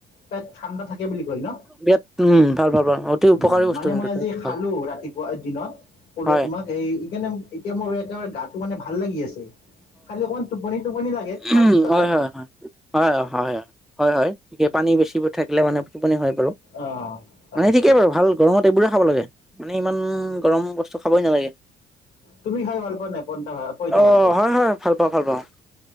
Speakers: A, on the left; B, in the centre.
A: প ঠাণ্ডা থাকে বুলি কয় ন।
B: বিৰাট উম ভাল ভাল ভাল অতি
A: উ
B: উপকাৰী বস্তু
A: মানে
B: কিন্তু
A: মই
B: এইটো
A: আজি খালো
B: ভাল
A: ৰাতিপুৱা দিনত। কলোৱে
B: হয়
A: তোমাক এই ইকাৰণে এতিয়া মোৰ। একেবাৰে গাটো মানে ভাল লাগি আছে খালি অকমান টোপনি টোপনি লাগে। খোৱাৰ
B: উ
A: পিছতে
B: হয় হয় হয়। হয় হয় হয় হয় হয় হয়ে পানী বেছি থাকিলে মানুে টোপনি হয় বাৰু।
A: অঁ হয়
B: মানে
A: হয়
B: ঠিকেই বাৰু ভাল গৰমত এইবোৰে খাব লাগে মানে ইমান গৰম বস্তু খাবই নালাগে।
A: তুমি খাই ভাল পোৱা নাই পইতা ভ পইতা
B: অ
A: ভাতটো।
B: হয় হয় ভাল পাওঁ ভাল পাওঁ